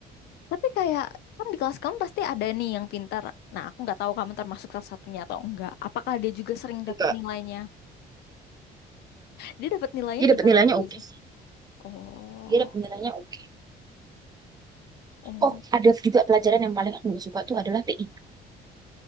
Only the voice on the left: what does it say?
Tapi kayak kan di kelas kamu pasti ada nih yang pintar. Nah, aku nggak tahu kamu termasuk salah satunya atau enggak. Apakah dia juga sering
dapat nilainya? Dia dapat nilainya
gimana
tuh biasanya?
Oh,
oh.